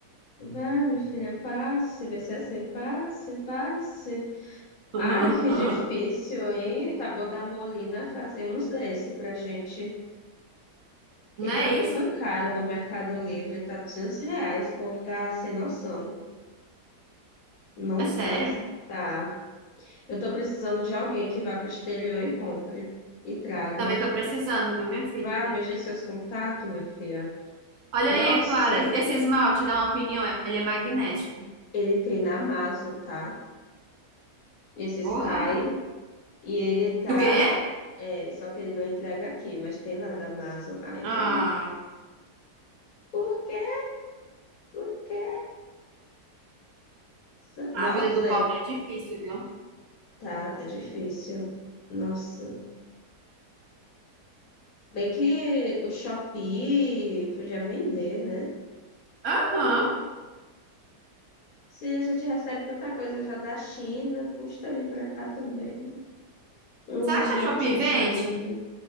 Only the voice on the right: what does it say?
<laughs>
Não
é
isso?
É sério?
Também tô precisando, viu, minha filha?
Olha
aí, Clara, esse
esmalte, dá uma opinião, ele é magnético.
Porra!
Do quê?
Ah,
a
vida do pobre
é difícil, viu
Aham.
Será
que a Shopee
vende?